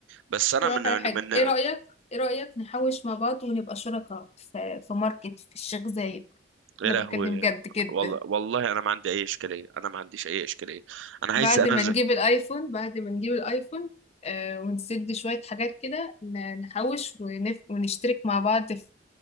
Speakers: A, on the right; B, on the left.
A: بس انا
B: أقول
A: من
B: لك على حاجه
A: من
B: ايه رايك ايه رايك نحوش مع بعض ونبقى شركاء في في ماركت في الشيخ زايد
A: يا
B: انا
A: لهوي
B: بتكلم جد جدا
A: والله والله انا ما عندي اي اشكاليه انا ما عنديش اي اشكاليه انا عايز
B: بعد
A: انا
B: ما
A: ز...
B: نجيب الايفون بعد ما نجيب الايفون آه ونسد شوية حاجات كده ن- نحوش ونف... ونشترك مع بعض في